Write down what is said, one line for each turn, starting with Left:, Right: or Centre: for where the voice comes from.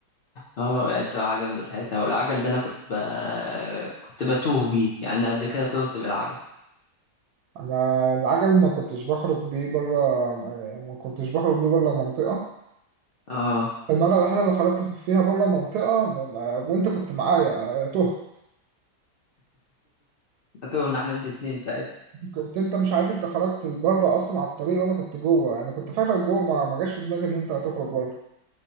Left: اه وقعت وقعه جامده ساعتها والعجل ده انا كنت ب... كنت بتوه بيه يعني انا قبل كده تهت بالعجل
Right: أنا العجل ما كنتش بخرج بيه بره ما كنتش بخرج بيه بره المنطقة
Left: اه
Right: المرة الوحيدة اللي خرجت فيها بره المنطقة ب- ب- وأنت كنت معايا تهت
Left: تهنا احنا الاتنين ساعتها
Right: كنت أنت مش عارف أنت خرجت بره أصلا على الطريق وأنا كنت جوه أنا كنت فاكرك جوه ما ما جاش في دماغي إن أنت هتخرج بره